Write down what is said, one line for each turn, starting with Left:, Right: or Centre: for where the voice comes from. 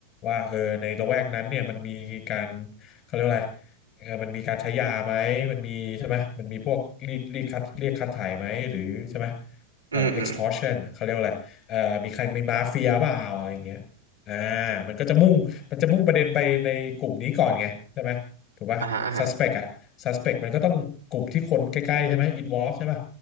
Left: ว่าเออในละแวกนั้นเนี่ยมันมีการเขาเรียกว่าอะไรเออมันมีการใช้ยาไหมมันมีใช่ไหมมันมีพวกรีดรีดคัดเรียกคัดถ่ายไหมหรือใช่ไหมเอ่อ
Right: อืมอืม
Left: extortion เขาเรียกว่าอะไรเอ่อมีใครมีมาเฟียเปล่าอะไรอย่างเงี้ยอ่ามันก็จะมุ่ง มันจะมุ่งประเด็นไปในกลุ่มนี้ก่อนไงใช่ไหมถูกป่ะ
Right: อ่าฮะอ่าฮะ
Left: suspect อะ suspect มันก็ต้องกลุ่มที่คนใกล้ๆใช่ไหม involve ใช่ป่ะ